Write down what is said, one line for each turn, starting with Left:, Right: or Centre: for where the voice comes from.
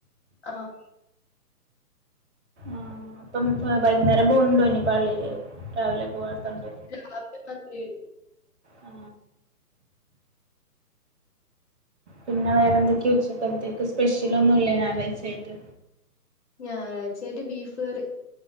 Left: ആഹ്
Right: ആ അപ്പം വൈകുന്നേരം പോകുന്നുണ്ടോ ഇനി പള്ളിയില്. രാവിലെ പോവാത്തൊണ്ട്.
Left: രാത്രി മാത്രയുള്ളൂ.
Right: ആ പിന്നെ വേറെ എന്തൊക്കെയും ഉച്ചക്കത്തേക്ക് സ്പെഷ്യൽ ഒന്നും ഇല്ലേ ഞായറാഴ്ച ആയിട്ട്.
Left: ഞായറാഴ്ചയായിട്ട് ബീഫ് കറി.